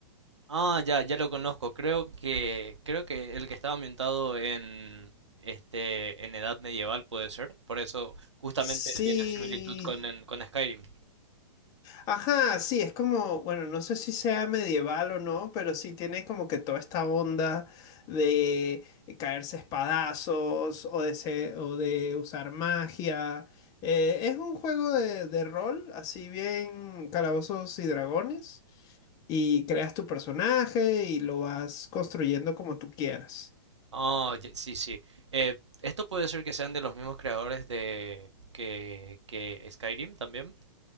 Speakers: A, on the right; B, on the left.
A: Ah, ya, ya lo conozco. Creo que, creo que el que estaba ambientado en, este, en edad medieval puede ser. Por eso justamente
B: Sí.
A: tiene similitud con, en- con Skyrim.
B: Ajá, sí, es como, bueno, no sé si sea medieval o no, pero sí tiene como que toda esta onda de caerse a espadazos o de, se- o de usar magia. Eh, es un juego de, de rol, así bien calabozos y dragones. y creas tu personaje y lo vas construyendo como tú quieras.
A: Oh, ya- sí, sí. Eh, esto puede ser que sean de los mismos creadores de que, que Skyrim también.